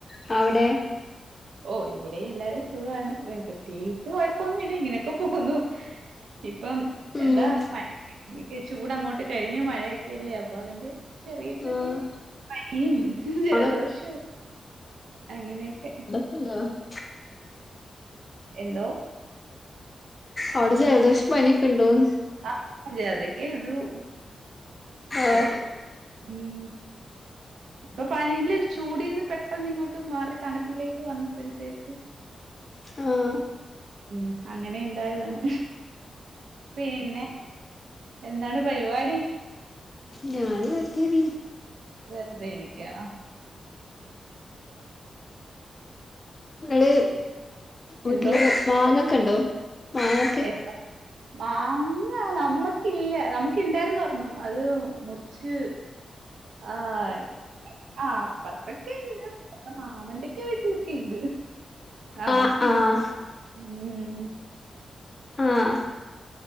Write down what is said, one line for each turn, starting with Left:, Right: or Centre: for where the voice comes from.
Left: ഹ്അവിടെ
Right: ഓ ഇവിടെ എല്ലാ സുഖാണ് പ്രത്യേകിച്ച് കുഴപ്പൊന്നുല്ല ഇങ്ങനെയൊക്കെ പോവുന്നു ഇപ്പം
Left: ഉം
Right: എന്താ മഴ ചൂട്ങ്ങോട്ട് കഴിഞ്ഞു മഴയൊക്കെല്ലേ അപ്പൊ അതിന്റെ ചെറിയ ചെറിയ
Left: ആഹ്
Right: പനിയും ജലദോഷും
Left: അവിടെ
Right: അങ്ങനെയൊക്കെ
Left: <unintelligible>
Right: എന്തോ
Left: അവിടെ ജലദോഷം പനിയൊക്കെ ണ്ടോന്ന്
Right: ആഹ് <unintelligible> അതക്കെ ള്ളൂ
Left: ആഹ്
Right: ജലദോഷം മ് ഇപ്പൊ പനിയിലെ ചൂടിന്ന് പെട്ടന്ന് ഇങ്ങോട്ടും മാറി തണുപ്പിലേക്ക് വന്നപ്പോഴത്തേക്ക്
Left: ആഹ്
Right: ഉം അങ്ങനെ ഇണ്ടായതാണ് പിന്നെ എന്താണ് പരിപാടി
Left: ഞാനു <unintelligible>
Right: വെർതേയിരിക്ക്യാണോ
Left: ങ്ങള് വൂട്ടില്
Right: എന്തോ
Left: വാങ്ങൊക്കെ ഉണ്ടോ മാങ്ങൊക്കെ
Right: ഏതാ മാങ്ങ നമ്മക്കില്ല നമ്ക്ക് ഇണ്ടാര്ന്നൊരെണ്ണം അത് മുറിച്ച് ആഹ് ആഹ് അപ്പർത്തൊക്കെ ഇണ്ട് മാമന്റെക്കെ വീട്ടിലെക്കെ ഇണ്ട് നമ്മക്കില്ല
Left: ആഹ് ആഹ്
Right: ഉം
Left: ആഹ്